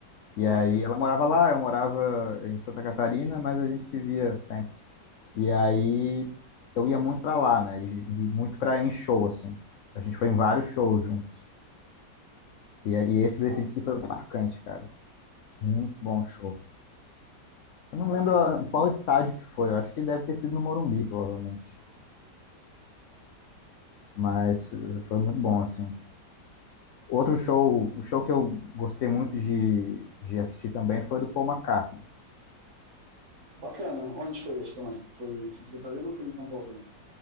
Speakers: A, on the left; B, on the right.
A: E
B: Aham,
A: aí
B: uhum.
A: ela morava lá, eu morava em Santa Catarina, mas a gente se via sempre. E aí eu ia muito pra lá, né? E, e muito pra
B: sim.
A: em show, assim. A gente foi em vários shows juntos. E, e esse do
B: Ba-
A: AC/DC foi marcante, cara. Muito bom show. Eu não
B: bacana.
A: lembro ah, qual estádio que foi. Eu acho que deve ter sido no Morumbi, provavelmente. Mas foi muito bom, assim. Outro show, o show que eu gostei muito de, de assistir também foi do Paul McCartney.
B: Bacana. Onde foi esse também? Foi em Santa Catarina ou foi em São Paulo também?